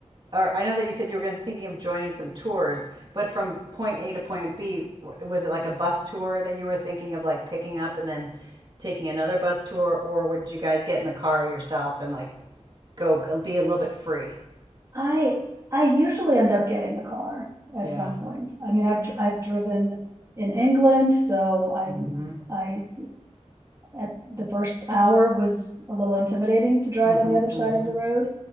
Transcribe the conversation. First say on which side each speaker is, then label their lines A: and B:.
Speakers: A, on the right; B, on the right.
A: or I know that you said you were going to thinking of joining some tours, but from point A to point B, was it like a bus tour that you were thinking of like picking up and then taking another bus tour, or would you guys get in the car yourself and like go uh, be a little bit free?
B: I I usually end up getting a car at
A: Yeah.
B: some point. I mean, I've I've driven in England, so I'm
A: Mm-hmm.
B: I at the first hour was a little intimidating to drive
A: Mm-hmm.
B: on the other side
A: Mm-hmm.
B: of the road,